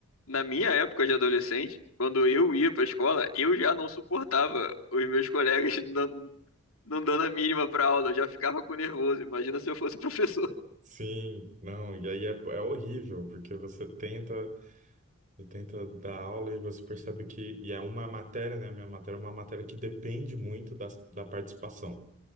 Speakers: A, on the left; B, on the right.
A: na minha época de adolescente, quando eu ia pra escola, eu já não suportava os meus colegas <laughs> não, não dando a mínima pra aula, eu já ficava com nervoso. Imagina se eu fosse <laughs> professor.
B: Sim, não, e aí é, é horrível, porque você tenta, você tenta dar aula e você percebe que, e é uma matéria, né? a Minha matéria é uma matéria que depende muito das, da participação.